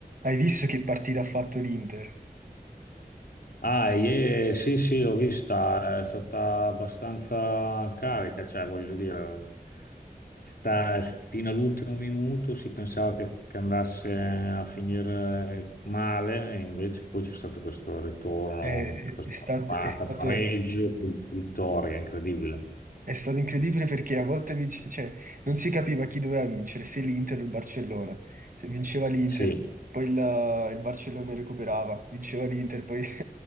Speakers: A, on the right; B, on the left.
A: Hai visto che partita ha fatto l'Inter?
B: Ah, ie, sì, sì, l'ho vista, è stata abbastanza carica, cioè voglio dire, da- fino all'ultimo minuto si pensava che, che andasse a finire male e invece poi c'è stato questo ritorno,
A: È, è
B: questa
A: sta-
B: parata,
A: è stato,
B: pareggio, vittoria, incredibile.
A: è stato incredibile perché a volte vince- cioè, non si capiva chi doveva vincere, se l'Inter o il Barcellona. Se vinceva l'Inter,
B: Sì.
A: poi il, il Barcellona recuperava, vinceva l'Inter, poi <laughs>